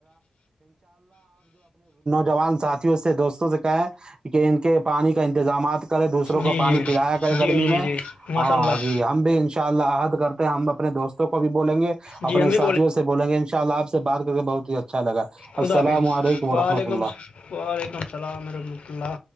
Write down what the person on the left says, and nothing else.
جی
جی
جی
جی جی ماشاء
اللہ
جی
ہم بھی
خدا
حافظ
وعلیکم
وعلیکم السلام رحمۃ اللہ